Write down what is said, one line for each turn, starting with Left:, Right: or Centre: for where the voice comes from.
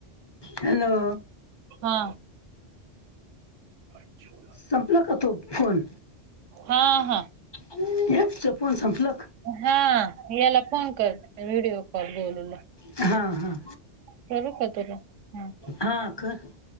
Left: हॅलो.
Right: हा. <unintelligible>
Left: संपला का तो फोन
Right: हा हा हा
Left: हेच फोन संपल
Right: हा याला फोन करते व्हिडिओ कॉल गोलुला.
Left: हा हा.
Right: कर का तुला हा?
Left: हा कर.